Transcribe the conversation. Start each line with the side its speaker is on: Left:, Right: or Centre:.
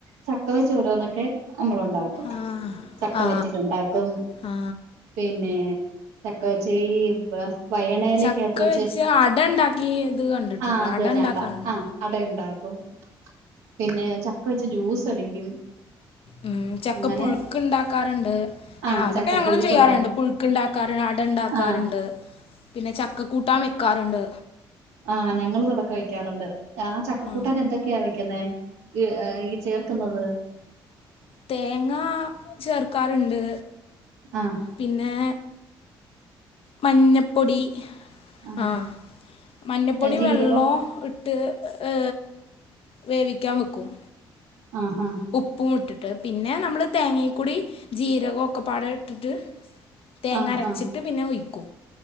Right: ചക്ക വെച്ച് ഓരോന്നൊക്കെ നമ്മള് ഉണ്ടാക്കും
Left: ആ
Right: ചക്ക
Left: ആ
Right: വറ്റില ഉണ്ടാക്കും
Left: ആ
Right: പിന്നെ ചക്ക വെച്ച് ഈ വയണലക്കത്ത്
Left: ചക്ക
Right: വെച്ച്
Left: അട ഉണ്ടാക്കിയത് കണ്ടിട്ടുണ്ട്
Right: ആഹ് അത് തന്നെ
Left: ഉണ്ടാക്കാറുണ്ട്
Right: അട ആഹ് അടയുണ്ടാക്കും പിന്നെ ചക്ക വെച്ച് ജ്യൂസ് അടിക്കും
Left: ഉം ചക്ക
Right: അങ്ങനെ
Left: പുഴുക്ക് ഉണ്ടാക്കാറുണ്ട്
Right: ആ
Left: ഞാ അതൊക്കെ
Right: ചക്കപ്പുഴുക്കുണ്ടാക്കി
Left: ഞങ്ങളും ചെയ്യാറുണ്ട് പുഴുക്ക് ഇണ്ടാക്കാറണ്ട് അട ഇണ്ടാക്കാറുണ്ട്
Right: ആ
Left: പിന്നെ ചക്കക്കൂട്ടാൻ വെക്കാറുണ്ട്
Right: ആഹ് ഞങ്ങൾ ഇതൊക്കെ വെക്കാറുണ്ട് ആഹ് ചക്കക്കൂട്ടൻ
Left: ആ
Right: എന്തൊക്കെയാ വെക്കുന്നെ ഈ ഈ ചേർക്കുന്നത്
Left: തേങ്ങ ചേർക്കാറുണ്ട്
Right: ആഹ്
Left: പിന്നെ മഞ്ഞപ്പൊടി
Right: ആ
Left: ആഹ് മഞ്ഞപ്പൊടി
Right: ജീരകം
Left: വെള്ളോ ഇട്ട് ട്ട് വേവിക്കാൻ വെക്കും
Right: ആഹ് ഹാ
Left: ഉപ്പും ഇട്ടിട്ട് പിന്നെ നമ്മള് തേങ്ങക്കൂടി ജീരക ഒക്കപ്പാടം ഇട്ടിട്ട് തേങ്ങ
Right: ആ
Left: അരച്ചിട്ട്
Right: ആ
Left: പിന്നെ ഒഴിക്കൂ